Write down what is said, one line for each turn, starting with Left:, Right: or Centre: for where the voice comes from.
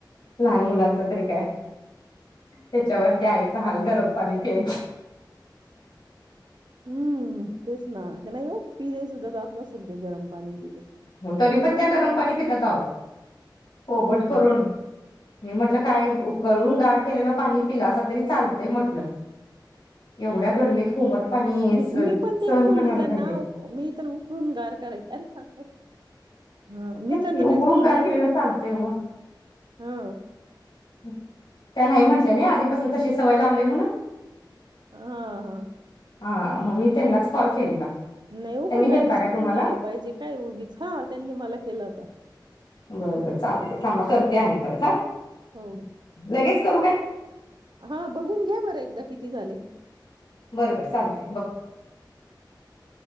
Left: लहान मुलांच तरी काय त्याच्यावरती आईचा हाल गरम पाणी पियचं
Right: हम्म तेच ना नाही हो पिले सुद्धा जात नसेल ते गरम पाणी नाही
Left: ओ तरी पण त्या गरम पाणी पितात आहो कोमट
Right: हो
Left: करून
Right: का
Left: मी म्हटलं काय उकळून गार केलेलं पाणी पिला अस तरी चालतंय म्हटलं एवढ्या गरमीत कोमट पाणी
Right: मी
Left: सहन
Right: पण तेच बोलली
Left: व्हायला
Right: त्यांना
Left: पाहिजे
Right: मी तर उकळून गार करायचे अरे खय ह मी त्यांना
Left: की उकळून
Right: तेच बोल्ली
Left: गार केलेलं चालतंय ओ
Right: हा
Left: त्या नाही म्हटल्या नाही आधीपासून तशी सवय लावली म्हणून
Right: हा हा
Left: हा मग मी त्यांनाच कॉल केलेला
Right: नाही हो
Left: त्यांनी
Right: पण डायजेस्ट
Left: केलता काय तुम्हाला
Right: पण झालं पाहिजे काय उगीच हा त्यांनी मला केला होता
Left: बर बर चालते थांबा करते आली परत हा
Right: हो
Left: लगेच करू काय?
Right: हा बघून घ्या बरं एकदा किती झाले?
Left: बरोबर चालते बघ